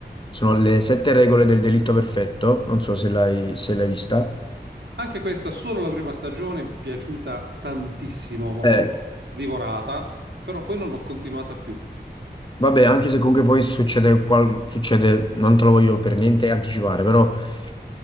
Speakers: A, on the left; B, on the right.
A: sono le sette regole del delitto perfetto. Non so se l'hai se l'hai vista.
B: Anche questa, solo la prima stagione, piaciuta tantissimo, proprio
A: Eh,
B: divorata, però poi non l'ho continuata più.
A: vabbè, anche se comunque poi succede, qual- succede, non te lo voglio per niente anticipare, però in